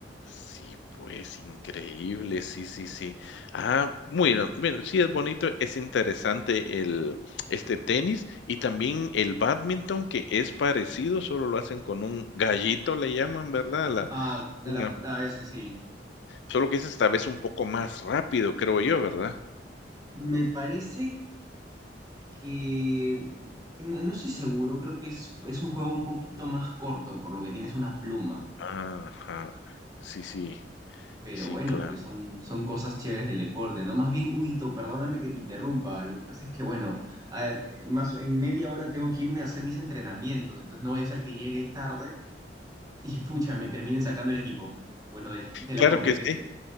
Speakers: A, on the left; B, on the right.
A: Sí, pues increíble, sí, sí, sí. Ah, muy bien, bueno, sí es bonito, es interesante el este tenis y también el badminton que es parecido, solo lo hacen con un gallito, le llaman, ¿verdad? La,
B: Ah,
A: una
B: a, la- a ese sí.
A: Solo que es esta vez un poco más rápido, creo yo, ¿verdad?
B: Me parece que... No no estoy seguro, creo que es, es un juego un poquito más corto, por lo que tienes una pluma.
A: Ajá. Sí, sí.
B: Pero
A: Sí,
B: bueno,
A: claro.
B: pues son, son cosas chéveres del deporte, ¿no? Más bien, Huguito, perdóname que te interrumpa. Lo que pasa es que, bueno, a- más en media hora tengo que irme a hacer mis entrenamientos, entonces no voy a hacer que llegue tarde y <laughs> pucha, me terminen sacando el equipo, bueno, de, de la
A: Claro
B: competencia.
A: que sí.